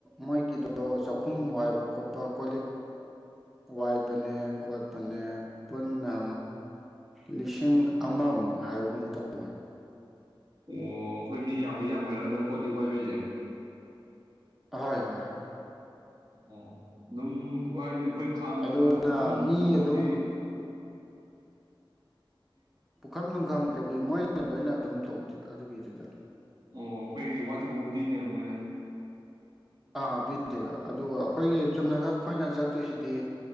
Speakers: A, in the centre; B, on the right.
A: ꯃꯣꯏꯒꯤꯗꯣ ꯆꯥꯛꯈꯨꯝ ꯋꯥꯏꯕ ꯈꯣꯠꯄ ꯀꯣ ꯂꯤꯛ ꯋꯥꯏꯕꯅꯦ ꯈꯣꯠꯄꯅꯦ ꯄꯨꯟꯅ ꯂꯤꯁꯤꯡ ꯑꯃꯃꯨꯛ ꯍꯥꯏꯕꯒꯨꯝ ꯇꯧꯕꯅꯤ
B: ꯑꯣ ꯑꯩꯈꯣꯏ ꯃꯤ ꯌꯥꯝꯒꯦ ꯌꯥꯝꯃꯣꯏꯔꯥ ꯑꯗꯨꯝ ꯀꯣꯜꯂꯤꯛ ꯋꯥꯏꯕꯩꯁꯦ
A: ꯍꯣꯏ ꯍꯣꯏ ꯍꯣꯏ
B: ꯑꯣ ꯑꯗꯨꯝ ꯋꯥꯏꯕ ꯑꯩꯈꯣꯏ ꯈꯥꯡꯒꯨꯝꯕ
A: ꯑꯗꯨꯅ
B: ꯑꯗꯨ ꯄꯨꯈꯝ
A: ꯃꯤ
B: ꯅꯨꯡꯈꯝꯗꯤ
A: ꯑꯗꯨꯝ ꯄꯨꯈꯝ ꯅꯨꯡꯈꯝ ꯀꯩꯀꯩ ꯃꯣꯏꯅ ꯂꯣꯏꯅ ꯑꯗꯨꯝ ꯇꯧ ꯑꯗꯨꯒꯤꯗꯨꯗ
B: ꯑꯣ ꯑꯩꯈꯣꯏ ꯋꯥꯆꯕ ꯑꯃ ꯄꯤꯅꯦꯕ ꯃꯣꯏꯅ
A: ꯑꯥꯄꯤꯗ꯭ꯦꯕ ꯑꯗꯨꯒ ꯑꯩꯈꯣꯏꯒꯤ ꯆꯨꯝꯅꯈꯛ ꯑꯩꯈꯣꯏꯅ ꯆꯠꯇꯣꯏꯁꯤꯗꯤ